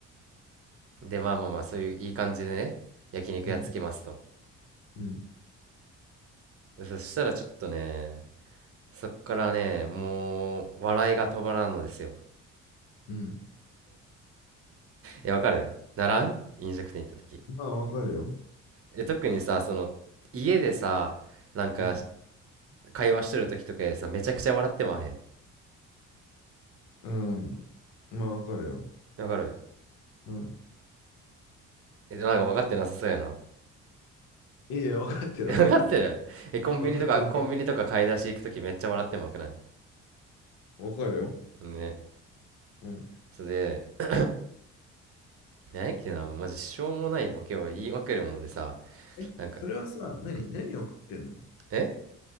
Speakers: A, on the right; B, on the left.
A: でまあまあまあそういういい感じでね焼肉やっつきますと
B: うん、
A: そしたらちょっとねそっからねもう笑いが止まらんのですよ
B: うん。
A: えわかるならん飲食店行った時
B: まあ、わかるよ。
A: で特にさその家でさなんか
B: うん、
A: 会話しとる時とかやでさ、めちゃくちゃ笑ってまへん。
B: うん、まあ、わかるよ。
A: わかる
B: うん。
A: え、なんか分かってなさそうやな。
B: いや、分かってる、
A: <laughs> 分かってるえ、
B: 分かってる。
A: コンビニとか、
B: 分かってる、
A: コンビニとか買い出し行く時めっちゃ笑ってまわくない
B: 分かってる。分かるよ。
A: ね。
B: うん。
A: それで、なんやっけな、もうマジしょうもないボケを言いまくるもんでさ、
B: え、
A: なんか、
B: それはさ、何、
A: うん。
B: 何を食ってんの
A: え